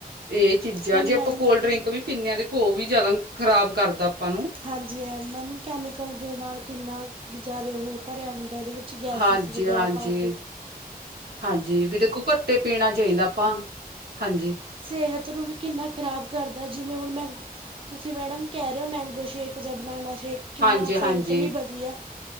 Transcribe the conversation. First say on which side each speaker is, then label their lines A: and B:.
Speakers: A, on the right; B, on the right.
A: ਏ ਚੀਜ਼ਾਂ
B: ਹੁਣ
A: ਜੇ ਆਪਾਂ
B: ਮੈਮ
A: ਕੋਲਡਰਿੰਕ ਵੀ। ਪਿੰਨਿਆਂ ਤੇ ਘੋ ਵੀ ਜਾਦਾ ਖ਼ਰਾਬ ਕਰਦਾ ਆਪਾਂ ਨੂੰ।
B: ਹਾਂਜੀ ਹੈ ਮੈਮ ਕੈਮੀਕਲ ਦੇ ਨਾਲ ਕਿੰਨਾ ਜਾਦੇ ਔ ਭਰਿਆ ਹੁੰਦਾ ਔਦੇ ਵਿੱਚ। ਚ ਗੈਸਿਸ
A: ਹਾਂਜੀ
B: ਵਗੈਰਾ
A: ਹਾਂਜੀ
B: ਪਾ ਕੇ।
A: ਹਾਂਜੀ, ਵੀ ਦੇਖੋ ਘੱਟੇ ਪੀਣਾ ਚਾਈਦਾ ਆਪਾਂ ਹਾਂਜੀ।
B: ਸੇਹਤ ਨੂੰ ਵੀ ਕਿੰਨਾ ਖ਼ਰਾਬ ਕਰਦਾ, ਜਿਵੇਂ ਹੁਣ ਮੈਂਗਲ, ਤੁਸੀਂ ਮੈਡਮ ਕੈ ਰੇ ਔ ਮੈਗੋ। ਮੈਗੋਸ਼ੇਕ ਜਾਂ ਬਨਾਨਾ ਸ਼ੇਕ ਕਿੰਨਾ
A: ਹਾਂਜੀ
B: ਸੇਹਤ
A: ਹਾਂਜੀ
B: ਲਈ ਵਧੀਆ।